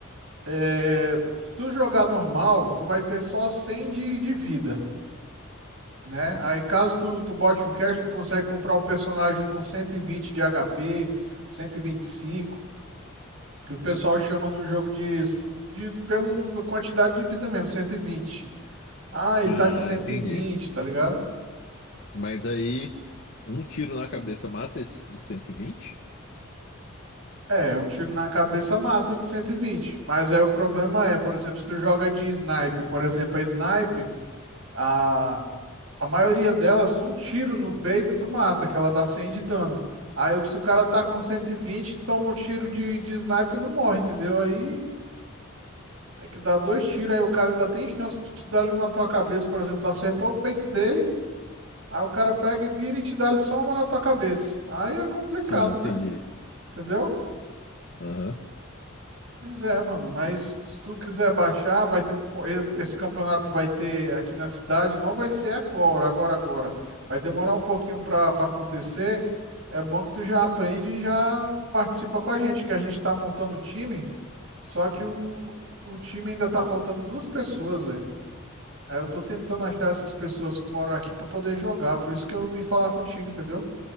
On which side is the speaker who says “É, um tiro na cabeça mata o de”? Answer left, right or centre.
Right